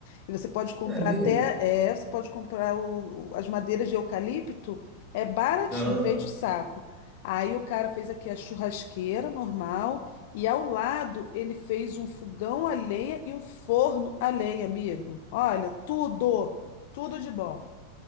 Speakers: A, on the left (about 50°); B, on the right (about 15°).
A: E Você pode comprar
B: é mesmo?
A: até, é, você pode comprar o- o- as madeiras de eucalipto, é baratinho,
B: Aham.
A: vende o saco. Aí o cara fez aqui a churrasqueira normal, e ao lado ele fez um fogão a lenha e um forno a lenha, amigo. Olha, tudo, tudo de bom.